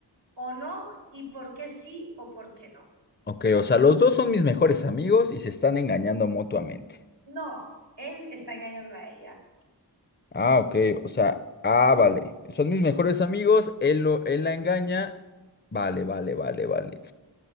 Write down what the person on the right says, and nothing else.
o no, y por qué sí o por qué no?
No, él está engañando a ella.